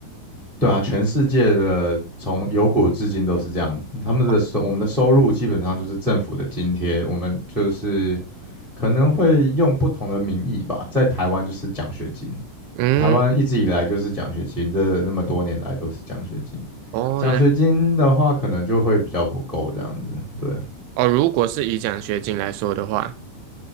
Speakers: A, in the centre; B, on the right (about 80°).
A: 对啊，全世界的从有古至今都是这样，他们的收我们的收入基本上就是政府的津贴，
B: 哦
A: 我们就是可能会用不同的名义吧，在台湾就是奖学金，
B: 嗯，
A: 台湾一直以来就是奖学金，这那么多年来都是奖学金。
B: 哦，
A: 奖学金的话，
B: 原来
A: 可能就会比较不够这样子。对，
B: 哦，如果是以奖学金来说的话，